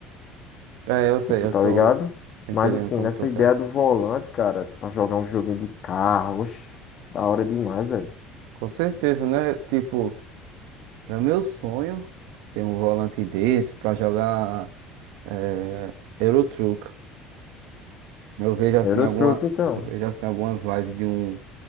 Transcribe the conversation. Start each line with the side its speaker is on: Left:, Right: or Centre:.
Right: É, eu sei,
Left: tipo,
Right: eu
Left: tá
Right: tô
Left: ligado?
Right: entendendo
Left: Mas assim,
Right: como
Left: nessa
Right: tu
Left: ideia
Right: quer.
Left: do volante, cara, pra jogar um joguinho de carro, oxe, da hora demais, velho.
Right: Com certeza, né? Tipo, é meu sonho ter um volante desse pra jogar é, Eurotruck. Eu vejo assim
Left: Euro
Right: alguma,
Left: Truck, então.
Right: eu vejo assim algumas lives de um